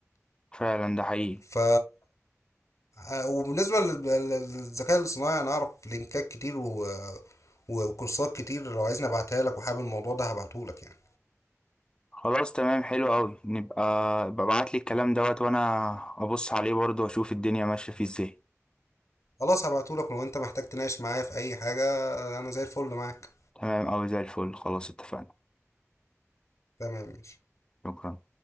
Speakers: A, on the left; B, on the left.
A: فعلا ده حقيقي
B: ف آه، وبالنسبه لل- لل- للذكاء الاصطناعي انا اعرف لينكات كتير و... وكورسات كتير لو عايزني ابعتها لك وحابب الموضوع ده هبعته لك يعني
A: خلاص تمام حلو قوي نبقى ببعت لي الكلام دوت وانا ابص عليه برضه واشوف الدنيا ماشيه فيه ازاي
B: خلاص هبعته لك ولو انت محتاج تناقش معايا في اي حاجه انا زي الفل معاك
A: تمام قوي زي الفل خلاص اتفقنا
B: تمام ماشي
A: شكرا